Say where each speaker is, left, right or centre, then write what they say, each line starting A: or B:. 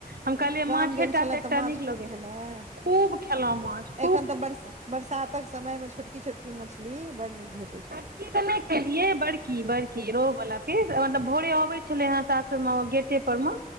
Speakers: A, on the right; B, on the right.
A: हम कहलियै
B: गाम
A: माछै
B: गेल
A: टा
B: छलहुँ
A: त एकटा
B: तऽ माछ
A: नीक
B: खूब
A: लगे
B: खेलैं
A: खूब खेलउवा माछ खूब।
B: एखन तऽ बरस बरसातक समय में छोटकी छोटकी मछली बड़ नीक भे,
A: छोटकी त नै खेलिय बड़की
B: छोटकी
A: बड़की रो बला। क मतलब भोरे अबे छले हे सासुर गेटे पर में